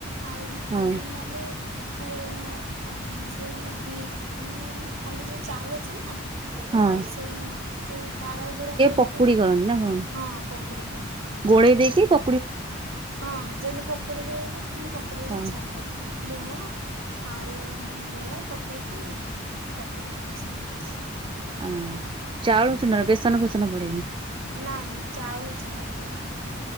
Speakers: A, on the right; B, on the right.
A: ଆଉ ଖାଲି
B: ହଁ
A: ନହେଲେ ହେ ଆ ସେଇ ବିରି ନ୍ ଖାଲି ଯଦି ଚାଉଳ ଚୁନା
B: ହଁ
A: ଆଉ ସେଇ ଯୋଉ ତାଳ ଯୋଉରା କୋର
B: ପକୁଡ଼ି କରନ୍ତି ନା କଣ?
A: ହଁ, ପକୁଡ଼ି କରନ୍ତି‌।
B: ଗୋଳେଇ ଦେଇକି ପ
A: ହଁ ଯେମିତି ପକୁଡି ଭଳିଆ କରନ୍ତି ହେନ୍ତି ପକୁଡି ଭଳିଆ
B: ହଁ।
A: ଛାଣିବ। ଲୁଣ ଆଉ ଗୁଡ଼ ପକେଇକି, ପକୁଡି ନାଖେ ଛାଣନ୍ତି।
B: ହଁ, ଚାଉଳ ଚୁନା ବେସନ ଫେସନ ପଡେନି।
A: ନାଇଁ, ଚାଉଳ ଚୁନାରେ କରନ୍ତି।